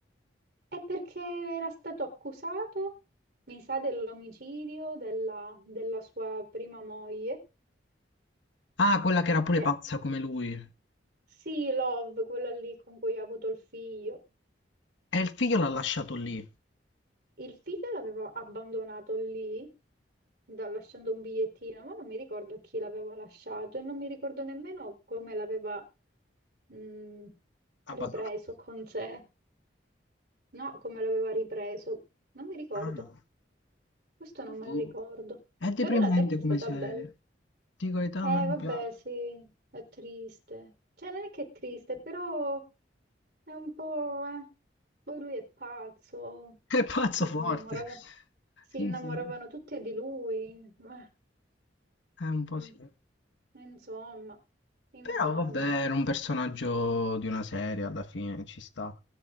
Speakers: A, on the right; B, on the left.
A: È perché era stato accusato, mi sa, dell'omicidio della, della sua prima moglie,
B: Ah, quella che era pure
A: che
B: pazza come lui.
A: sì, Love, quella lì con cui ha avuto il figlio.
B: E il figlio l'ha lasciato lì,
A: Il figlio l'avevo abbandonato lì, da- lasciando un bigliettino, ma non mi ricordo chi l'aveva lasciato e non mi ricordo nemmeno come l'aveva mh,
B: abbandonato.
A: ripreso con sé. No, come l'aveva ripreso, non mi ricordo.
B: Ah no.
A: Questo non me
B: Boh.
A: lo ricordo.
B: È deprimente
A: Però la terza è
B: come
A: stata
B: serie.
A: bella.
B: Dico, età
A: Eh,
B: non mi
A: vabbè,
B: piace.
A: sì, è triste. Cioè, non è che è triste, però È un po', eh. Poi lui è pazzo,
B: <laughs> È pazzo
A: tutte
B: forte.
A: si innamoravano, si
B: Sì,
A: innamoravano
B: sì,
A: tutte di lui. Eh,
B: è un po'
A: mm,
B: sì.
A: Insomma, insomma.
B: Però vabbè, era un personaggio di una serie alla fine, ci sta.